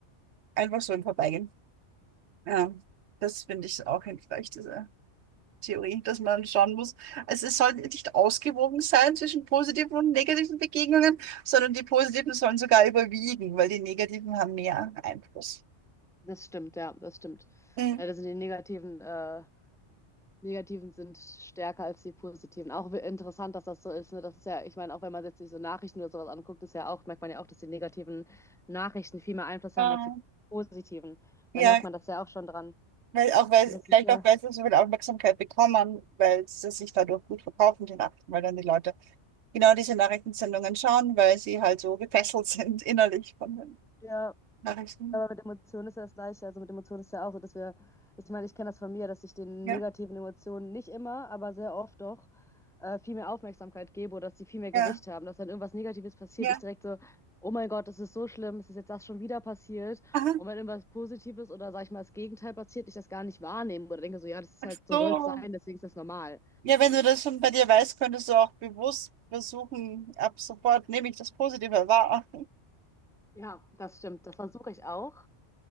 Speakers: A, on the right; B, in the centre.
A: Einfach so im Vorbeigehen. Ja, das finde ich auch hilfreich, diese Theorie, dass man schauen muss. Also es soll nicht ausgewogen sein zwischen positiven und negativen Begegnungen, sondern die positiven sollen sogar überwiegen, weil die negativen haben mehr Einfluss.
B: Das stimmt, ja, das stimmt.
A: Mhm.
B: Leider sind die negativen, äh, negativen sind stärker als die positiven. Auch wi- interessant, dass das so ist. Ne? Das ist ja, ich meine, auch wenn man jetzt sich so Nachrichten oder sowas anguckt, ist ja auch, merkt man ja auch, dass die negativen Nachrichten viel mehr Einfluss
A: Ja,
B: haben als die positiven.
A: Ja,
B: Da merkt man das ja auch schon dran.
A: weil auch weil,
B: Und das
A: vielleicht
B: ist ja,
A: auch, weil sie so viel Aufmerksamkeit bekommen, weil sie sich dadurch gut verkaufen, die Nachrichten, weil dann die Leute genau diese Nachrichtensendungen schauen, weil sie halt so gefesselt sind innerlich von den
B: ja.
A: Nachrichten.
B: Aber mit Emotionen ist ja das Gleiche. Also mit Emotionen ist ja auch so, dass wir, ich meine, ich kenne das von mir, dass ich den
A: Ja,
B: negativen Emotionen nicht immer, aber sehr oft doch äh, viel mehr Aufmerksamkeit gebe oder dass die viel mehr
A: ja,
B: Gewicht haben, dass dann irgendwas Negatives passiert,
A: ja.
B: ich direkt so, oh mein Gott, das ist so schlimm, es ist jetzt das schon wieder passiert.
A: Aha,
B: Und wenn irgendwas Positives oder sag ich mal das Gegenteil passiert, ich das gar nicht wahrnehme oder denke so, ja, das ist
A: ach
B: halt, so
A: so.
B: soll es sein, deswegen ist das normal.
A: Ja, wenn du das schon bei dir weißt, könntest du auch bewusst versuchen, ab sofort nehme ich das Positive wahr.
B: Ja, das stimmt. Das versuche ich auch.